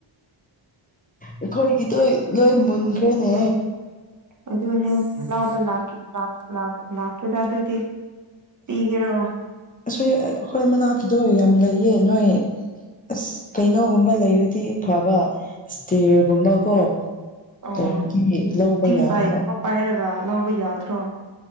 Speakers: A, on the left; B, on the right.
A: ꯑꯩꯈꯣꯏꯒꯤꯗꯣ ꯂꯣꯏ ꯃꯨꯟꯈ꯭ꯔꯦꯅꯦ
B: ꯑꯗꯨꯅꯦ ꯂꯥꯎꯕ ꯂꯥꯛꯈꯤ ꯂꯥꯛ ꯂꯥꯛ ꯂꯥꯛꯀꯦꯗ ꯑꯗꯨꯗꯤ ꯄꯤꯒꯦꯔꯣ
A: ꯑꯁꯤ ꯑꯈꯣꯏ ꯃꯅꯥꯛꯀꯤꯗꯣ ꯌꯥꯝ ꯂꯩꯌꯦ ꯅꯣꯏ ꯑꯁ ꯀꯩꯅꯣꯒꯨꯝꯕ ꯂꯩꯔꯗꯤ ꯐꯕ ꯏꯁꯇꯤꯔꯒꯨꯝꯕ ꯀꯣ
B: ꯑꯣ
A: ꯂꯩꯔꯗꯤ ꯂꯧꯕ
B: ꯊꯤꯡꯆꯥꯏꯒꯨꯝꯕ
A: ꯌꯥꯕ
B: ꯄꯥꯏꯔꯒ ꯂꯥꯎꯕ ꯌꯥꯗ꯭ꯔꯣ